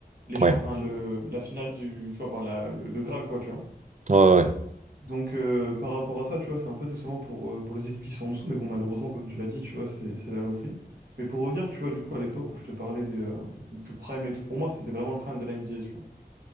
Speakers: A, on the right; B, on the right.
A: les champs...
B: Ouais,
A: enfin, le... la finale du. Tu vois, bah, la... le... le Graal, quoi, tu vois.
B: ouais, ouais, ouais.
A: Donc, euh, par rapport à ça, tu vois, c'est un peu décevant pour, euh, pour les équipes qui sont en dessous. Mais bon, malheureusement, comme tu l'as dit, tu vois, c'est c'est la loterie. Mais pour revenir, tu vois, du coup, à l'époque où je te parlais des, euh, du prime et tout, pour moi, c'était vraiment le prime de la NBA, tu vois.